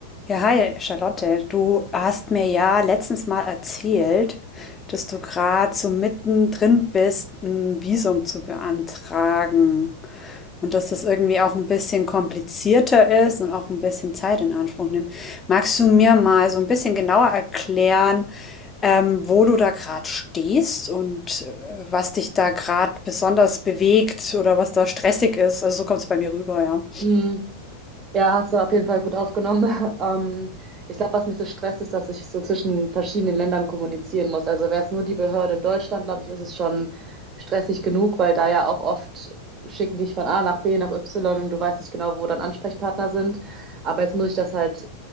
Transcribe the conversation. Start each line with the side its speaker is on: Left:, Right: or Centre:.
Left: Ja, hi, Charlotte. Du hast mir ja letztens mal erzählt, dass du gerade so mittendrin bist, ein Visum zu beantragen und dass das irgendwie auch ein bisschen komplizierter ist und auch ein bisschen Zeit in Anspruch nimmt. Magst du mir mal so ein bisschen genauer erklären, ähm, wo du da gerade stehst und äh, was dich da gerade besonders bewegt oder was da stressig ist? Also so kommt es bei mir rüber, ja.
Right: Mhm. Ja, hast du auf jeden Fall gut aufgenommen. <laughs> Ähm, ich glaube, was mich so stresst, ist, dass ich so zwischen verschiedenen Ländern kommunizieren muss. Also wäre es nur die Behörde in Deutschland, glaube ich, ist es schon stressig genug, weil da ja auch oft schicken dich von A nach B nach Y und du weißt nicht genau, wo dann Ansprechpartner sind. Aber jetzt muss ich das halt